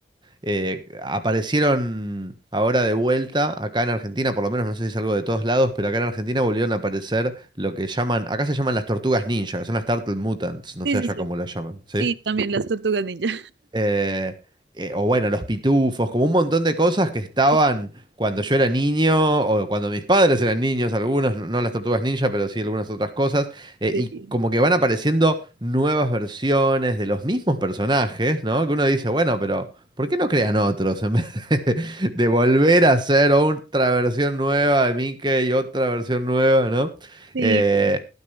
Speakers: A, on the right; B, on the right.
A: eh, aparecieron ahora de vuelta, acá en Argentina, por lo menos no sé si es algo de todos lados, pero acá en Argentina volvieron a aparecer lo que llaman, acá se llaman las tortugas ninja, que son las Turtle Mutants, no
B: sí,
A: sé allá
B: sí. Sí,
A: cómo las llaman, ¿sí?
B: Sí, también las tortugas ninja.
A: Eh, eh, o bueno, los pitufos, como un montón de cosas que estaban
B: <laughs>
A: cuando yo era niño o cuando mis padres eran niños, algunos, no no las tortugas ninja, pero sí algunas otras cosas, eh,
B: Sí,
A: y
B: sí,
A: como que van apareciendo nuevas versiones de los mismos personajes, ¿no? Que uno dice, bueno, pero ¿por qué no crean otros en vez de, <laughs> de volver a hacer otra versión nueva de Mickey y otra versión nueva, ¿no?
B: sí.
A: Eh,
B: Sí,